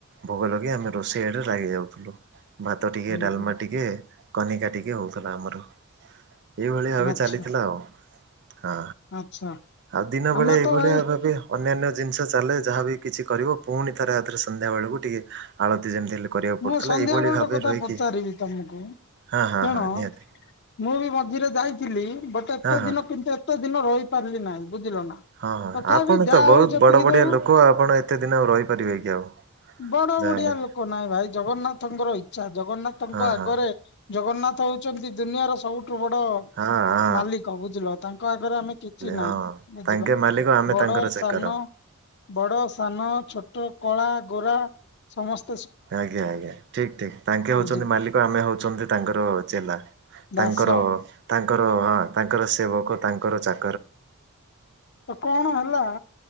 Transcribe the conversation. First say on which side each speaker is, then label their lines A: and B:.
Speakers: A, on the right (about 50°); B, on the left (about 50°).
A: ଭୋଗ ଲଗେଇ ଆମେ ରୋଷେଇ ଆଡେ ଲାଗି ଯାଉଥିଲୁ। ଭାତ ଟିକେ
B: ହୁଁ
A: ଡାଲମା
B: ହୁଁ
A: ଟିକେ କନିକା ଟିକେ ହେଉଥିଲା ଆମର। ଏଇଭଳିଆ ଭାବେ
B: ଆଚ୍ଛା
A: ଚାଲିଥିଲା ଆଉ ହଁ
B: ଆଚ୍ଛା
A: ଆଉ ଦିନ
B: ଆମେ
A: ବେଳେ ଏଇଭଳିଆ
B: ତ ଭାଇ
A: ଭ ଭାବେ ଅନ୍ୟାନ୍ୟ ଜିନିଷ ଚାଲେ ଯାହାବି କିଛି କରିବ ପୁଣି ଥରେ ରାତିରେ ସନ୍ଧ୍ୟାବେଳକୁ ଟିକିଏ ଆଳତି ଯେମିତି ହେଲେ କରିବାକୁ
B: ମୁଁ
A: ପଡ଼ୁଥିଲା
B: ସନ୍ଧ୍ୟା
A: ଏଇଭଳି
B: ବେଳର
A: ଭାବେ
B: କଥା
A: ରହିକି
B: ପଚାରିବି ତମକୁ
A: ହଁ ହଁ
B: ଶୁଣ
A: ହଁ ନିହାତି।
B: ମୁଁ ବି ମଝିରେ ଯାଇଥିଲି ବଟ ଏତେ
A: ହଁ ହଁ।
B: ଦିନ କିନ୍ତୁ ଏତେ ଦିନ ରହିପାରିଲି ନାହିଁ ବୁଝିଲ ନା।
A: ହଁ ହଁ
B: ତଥାପି
A: ଆପଣ
B: ଯାହା
A: ତ ବହୁତ
B: ହଉ ଯେତିକି
A: ବଡ ବଡିିଆ
B: ଦଉ
A: ଲୋକ ଆପଣ ଏତେ ଦିନ ଆଉ ରହିପାରିବେ କି ଆଉ।
B: ବଡ
A: ଯାହାହେଲେ
B: ବଡିିଆ ଲୋକ ନାହିଁ ଭାଇ ଜଗନ୍ନାଥଙ୍କର ଇଚ୍ଛା ଜଗନ୍ନାଥଙ୍କ
A: ହଁ ହଁ
B: ଆଗରେ ଜଗନ୍ନାଥ ହଉଛନ୍ତି ଦୁନିଆର ସବୁଠୁ ବଡ
A: ହଁ ଅ
B: ମାଲିକ ବୁଝିଲ ତାଙ୍କ ଆଗରେ ଆମେ କିଛି
A: ହଁ
B: ନାହିଁ ବୁଝିଲ
A: ତାଙ୍କେ ମାଲିକ ଆମେ
B: ବଡ
A: ତାଙ୍କର ଚାକର।
B: ସାନ। ବଡ଼, ସାନ, ଛୋଟ, କଳା, ଗୋରା ସମସ୍ତ
A: ଆଜ୍ଞା ଆଜ୍ଞା ଠିକ ଠିକ ତାଙ୍କେ ହଉଛନ୍ତି
B: ବୁଝିଲୁ
A: ମାଲିକ ଆମେ ହଉଛନ୍ତି ତାଙ୍କର ଚେଲା।
B: ଦାସ
A: ତାଙ୍କର ତାଙ୍କର ତାଙ୍କର ସେବକ ତାଙ୍କର ଚା
B: ତ କଣ ହେଲା